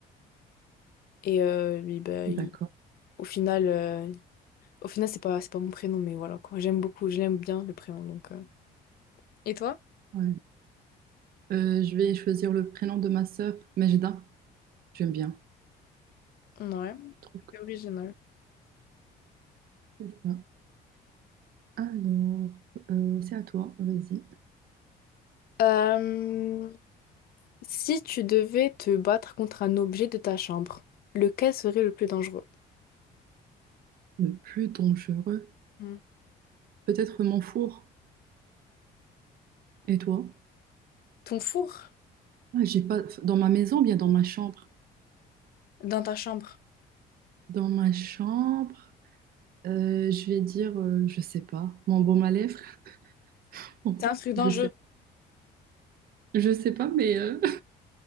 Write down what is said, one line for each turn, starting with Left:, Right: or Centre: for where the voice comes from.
Left: Et euh, lui, bah,
Right: D'accord.
Left: il- au final, euh, au final c'est pas, c'est pas mon prénom, mais voilà quoi. J'aime beaucoup, je l'aime bien le prénom. Donc, euh. Et toi?
Right: Ouais. Euh, je vais choisir le prénom de ma sœur, Majda. J'aime bien.
Left: Ouais,
Right: Je trouve que
Left: c'est original.
Right: c'est ça. Alors, euh, c'est à toi. Vas-y.
Left: Euh, si tu devais te battre contre un objet de ta chambre, lequel serait le plus dangereux?
Right: Le plus dangereux.
Left: Hmm.
Right: Peut-être mon four. Et toi?
Left: Ton four
Right: Ah, j'ai pas... Dans ma maison, ou bien dans ma chambre.
Left: dans ta chambre.
Right: Dans ma chambre, euh, je vais dire, euh, je sais pas. Mon baume à lèvres. <laughs> Bon,
Left: C'est un truc dangereux.
Right: je sais, je sais pas, mais. euh,